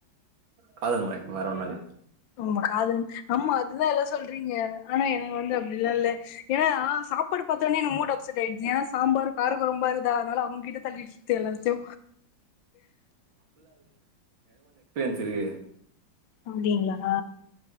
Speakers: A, on the right; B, on the left.
A: காதல் மயக்கோ வேற ஒன்னு இல்ல
B: ஆமா காதல் ஆமா அது தா எல்லா சொல்றீங்க ஆனா எனக்கு வந்து அப்டிலா இல்ல ஏனா சாப்பாட பாத்தோனே எனக்கு மூட் அப்சட் ஆயிடுது ஏனா சாம்பார் கார கொழம்பா இருகுதா அதனால அவன் கிட்ட தள்ளி விட்டு எல்லாத்தையு
A: தெரிலயே
B: அப்டிங்களா